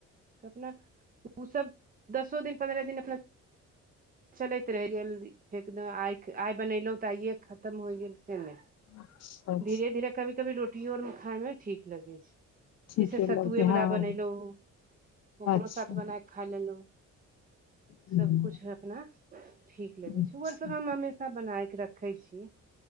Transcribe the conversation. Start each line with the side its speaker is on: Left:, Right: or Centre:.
Right: अपना ओ सब दसो दिन पन्द्रह दिन अपना चलैत रहि गेल फेक आइ आइ बनेलहुँ तऽ आइए खतम होय गेल सेमे
Left: अच्छा अच्छा,
Right: धीरे धीरे कभी कभी रोटियो आर खाायमे ठीक लगै छै
Left: ठीके
Right: जैसे सत्तुए
Left: लगतै
Right: वला
Left: हँ
Right: बनेलहु ओकरो
Left: अच्छा
Right: साथ बना खा लेलहुँ
Left: हम्म,
Right: सब कुछ अपना ठीक लगै
Left: अच्छा
Right: छै ओर सब हम हमे सब बनाय के रखे छी